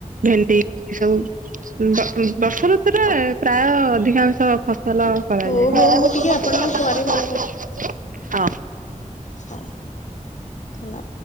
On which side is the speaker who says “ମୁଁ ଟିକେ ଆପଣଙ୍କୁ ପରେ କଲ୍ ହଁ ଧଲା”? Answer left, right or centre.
Left